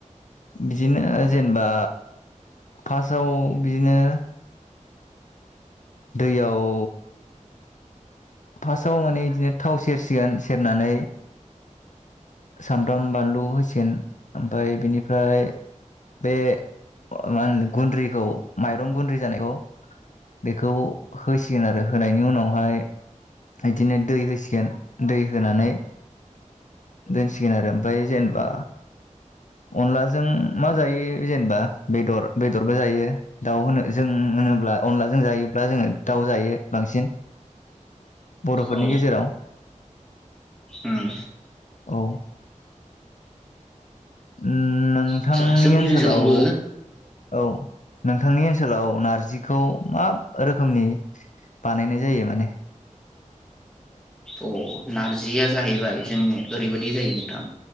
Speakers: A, on the left; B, in the centre.
A: बिदिनो जेनेबा फासाव बिदिनो दैयाव फासाव माने बिदिनो थाव सेरसिगोन सेरनानै सामब्राम बानलु होसिगोन ओमफाय बेनिफ्राय बे मा होनो गुन्द्रिखौ माइरं गुन्द्रि जानायखौ बेखौ होसिगोन आरो होनायनि उनावहाय इदिनो दै होसिगोन दै होनानै दोनसिगोन आरो ओमफाय जेनेबा अनलाजों मा जायो जेनेबा बेदर बेदरबो जायो दाउ होनो जों होनोब्ला अनलाजों जायोब्ला जोङो दाउ जायो बांसिन बर'फोरनि
B: औ
A: गेजेराव
B: उम
A: औ उम नों नोंथांनि
B: आदसा जोंनि
A: ओनसोलाव
B: ओनसोलावबो
A: औ नोंथांनि ओनसोलाव नारजिखौ मा रोखोमनि बानायनाय जायो माने
B: औ नारजिया जाहैबाय जों ओरैबायदि जायो नोंथां